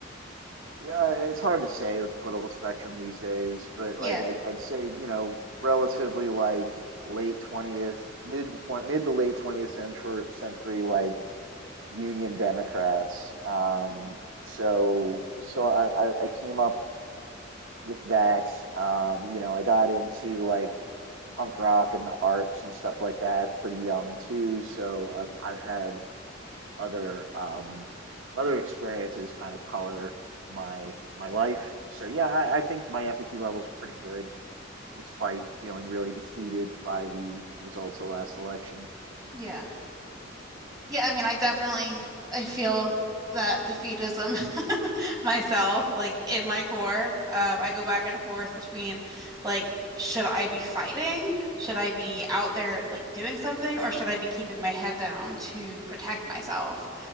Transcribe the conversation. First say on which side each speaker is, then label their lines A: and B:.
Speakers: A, on the right; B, on the right.
A: Yeah, it's hard to say with the political spectrum these days, but
B: Yeah.
A: like I, I'd say, you know, relatively like late twentieth, mid twen- mid to late twentieth century century, like Union Democrats. Um,
B: Mhm.
A: so so I, I I came up with that. Um, you know, I got into like punk rock and the arts and stuff like that pretty young too. So I've, I've had other um, other experiences kind of color my my life. So yeah, I, I think my empathy level is pretty good, despite feeling really defeated by the results of last election.
B: Yeah. Yeah, I mean, I definitely I feel that defeatism <laughs> myself, like in my core. Um, I go back and forth between like, should I be fighting? Should I be out there like doing something, or should I be keeping my head down to protect myself?